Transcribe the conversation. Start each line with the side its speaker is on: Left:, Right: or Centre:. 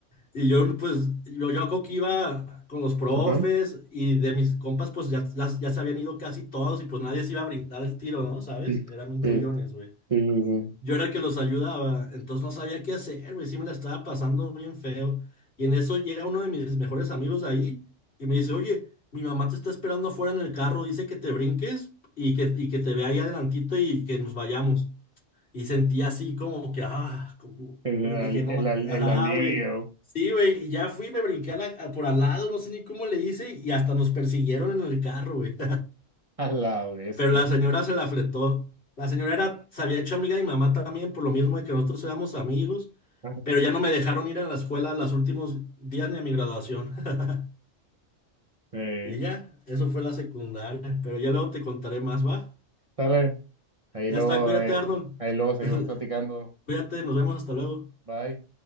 Left: Y yo pues, yo, yo creo que iba con los profes
Right: Ajá.
Left: y de mis compas pues ya, ya, ya se habían ido casi todos y pues nadie se iba a brindar el tiro, ¿no? ¿Sabes?
Right: Sí,
Left: Eran un coyones,
Right: sí,
Left: güey.
Right: sí, sí.
Left: Yo era el que los ayudaba, entonces no sabía qué hacer, güey, sí me la estaba pasando bien feo. Y en eso llega uno de mis mejores amigos de ahí y me dice, oye, mi mamá te está esperando afuera en el carro, dice que te brinques y que, y que te vea ahí adelantito y que nos vayamos. Y sentí así como que, ah, como-
Right: El,
Left: y
Right: al-
Left: dije, no,
Right: el, al-
Left: ajá,
Right: el alivio.
Left: güey. Sí, güey, y ya fui, me brinqué a la- a- por al lado, no sé ni cómo le hice y hasta nos persiguieron en el carro, güey.
Right: A la bestia.
Left: Pero la señora se la fletó. La señora era, se había hecho amiga de mi mamá también, por lo mismo de que nosotros éramos amigos,
Right: Ajá.
Left: pero ya no me dejaron ir a la escuela los últimos días ni a mi graduación. <laughs>
Right: Eh,
Left: Y ya, eso fue la secundaria, pero ya luego te contaré más, ¿va?
Right: dale. Ahí
Left: Ya
Right: luego,
Left: está, cuídate,
Right: eh,
Left: Arnold.
Right: ahí luego seguimos
Left: <laughs>
Right: platicando.
Left: Cuídate, nos vemos, hasta luego.
Right: Bye.